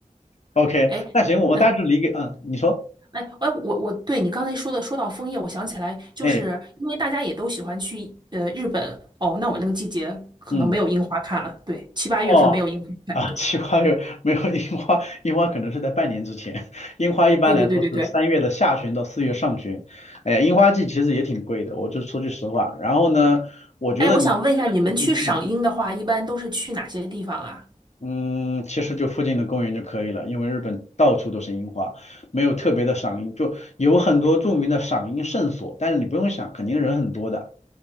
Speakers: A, on the left; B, on the right.
A: OK，
B: 哎，
A: 那行，我大致理解，
B: 嗯，
A: 嗯，你说，
B: 哎哎，我我对你刚才说的说到枫叶，我想起来，就是因为大家也都喜欢去呃日本哦，
A: 哎，
B: 那我那个季节可能没有樱花看了，
A: 嗯，
B: 对，七八月份没有樱花看，
A: 哦。<laughs> 啊，
B: 对
A: 奇花有没有樱花？樱花可能是在半年之前。<laughs> 樱花一般来说是三月的下旬到四月上旬。
B: 对对对对对。
A: 哎呀，樱花季其实也挺贵的，我就说句实话。然后呢，我觉得你，
B: 哎，我想问一下，你们去赏樱的话，
A: 嗯嗯
B: 一般都是去哪些地方啊？
A: 嗯，嗯，其实就附近的公园就可以了，因为日本到处都是樱花，没有特别的赏樱，就有很多著名的赏樱圣所，但是你不用想，肯定人很多的。